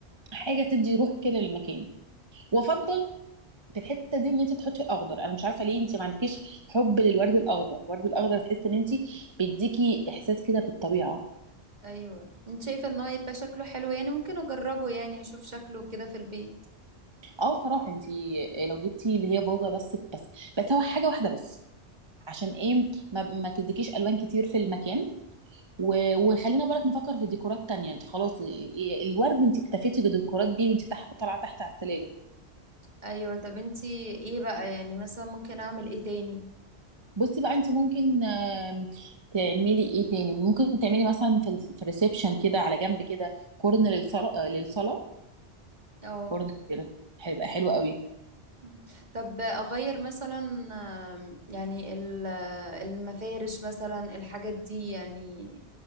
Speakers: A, on the right; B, on the right.
A: حاجه تدي روح كده للمكان وافضل في الحته دي ان انت تحطي اخضر انا مش عارفه ليه انت ما عندكيش حب للورد الاخضر الورد الاخضر تحس ان انت بيديكي احساس كده بالطبيعه
B: ايوه انت شايفه ان هو يبقى شكله حلو يعني ممكن اجربه يعني اشوف شكله كده في البيت
A: اه صراحه انت لو جبتي اللي هي بوضه بس بس بس هو حاجه واحده بس عشان ايه ما, ما تديكيش الوان كتير في المكان و... وخلينا بالك نفكر في ديكورات تانية انت خلاص ال- الورد انت اكتفيتي بديكورات بيه وانت تح... طالعه تحت على السلالم
B: ايوه طب انت ايه بقى يعني مثلا ممكن اعمل ايه تاني
A: بصي بقى انت ممكن آم، تعملي ايه تاني ممكن تعملي مثلا في ال- في الريسبشن كده على جنب كده كورن للصلاة للصلاة
B: اه
A: كورن كده هيبقى حلو قوي
B: مم. طب اغير مثلا آم، يعني ال- المفارش مثلا الحاجات دي يعني